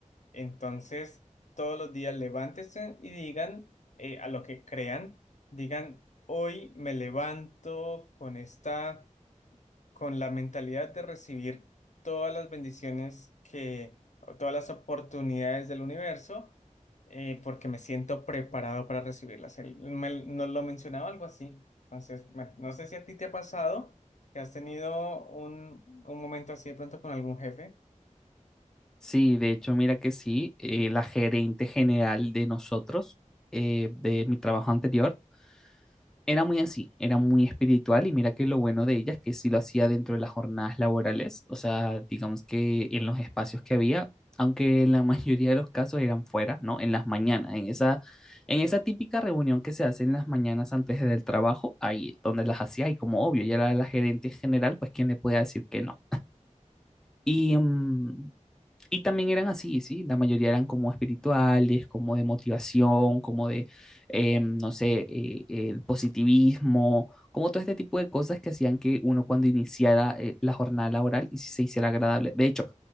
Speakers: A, on the left; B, in the centre.
A: Entonces, todos los días levántense y digan eh, a lo que crean, digan, hoy me levanto con esta, con la mentalidad de recibir todas las bendiciones que, o todas las oportunidades del universo, eh, porque me siento preparado para recibirlas. Él me- nos lo mencionaba algo así. Entonces, bueno, no sé si a ti te ha pasado que has tenido un, un momento así de pronto con algún jefe.
B: Sí, de hecho, mira que sí, eh, la gerente general de nosotros, eh, de mi trabajo anterior, Era muy así, era muy espiritual y mira que lo bueno de ella es que sí lo hacía dentro de las jornadas laborales, o sea, digamos que en los espacios que había, aunque en la <laughs> mayoría de los casos eran fuera, ¿no? En las mañanas, en esa, en esa típica reunión que se hace en las mañanas antes del trabajo, ahí donde las hacía y como obvio, ella era la gerente general, pues quién le podía decir que no. Y, mm, y también eran así, ¿sí? La mayoría eran como espirituales, como de motivación, como de, eh, no sé, eh, el positivismo, como todo este tipo de cosas que hacían que uno cuando iniciara eh, la jornada laboral y se hiciera agradable. De hecho,